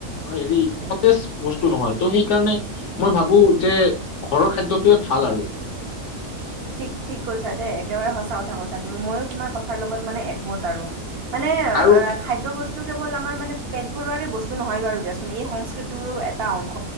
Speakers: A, on the left; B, on the right.
A: হেৰি, সতেজ বস্তু নহয়। ত' সেইকাৰণে মই ভাবোঁ যে ঘৰৰ খাদ্যটোৱে ভাল আৰু।
B: ঠিক - ঠিক কৈছা দে একেবাৰে সঁচ সঁচা কথা কৈছা তুমি ময়ো তোমাৰ কথাৰ লগত মানে একমত আৰু। মানে অ
A: আৰু
B: - অ - খাদ্য বস্তু‌ টো কেৱল আমাৰ মানে পেট ভৰোৱাৰে বস্তু নহয় বাৰু দিয়াচোন, ‌ এই সংস্কৃতিৰো এটা অংশ।